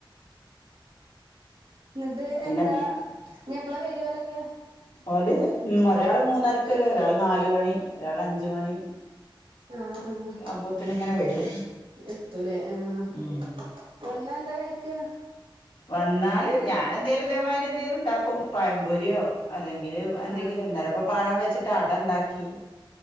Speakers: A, on the right; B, on the left.
A: ന്ന്ട്ട്
B: പിന്നെ
A: എന്താ ഇനി എപ്പളാ വര ഓലക്ക
B: ഓല് ഒരാള് മൂന്നരക്കരു ഒരാള് നാല് മണി ഒരാളഞ്ച് മണി
A: ആഹ
B: ഒക്കെ ആവുമ്പോത്തിന്
A: ആ
B: ഇങ്ങനെ വരും
A: എത്തൂലേ ആഹ
B: ഉം
A: വന്നാ എന്താ കയി ക്യ
B: വന്നാല് ഞാനെന്തേലും ഇദേ മാതിരി എന്തേലും ണ്ടാക്കും പയംപൊരി യോ അല്ലെങ്കിൽ എന്തെങ്കിലും
A: ആഹ്
B: നിലപ്പം പഴം വെച്ചിട്ട് അടണ്ടാക്കി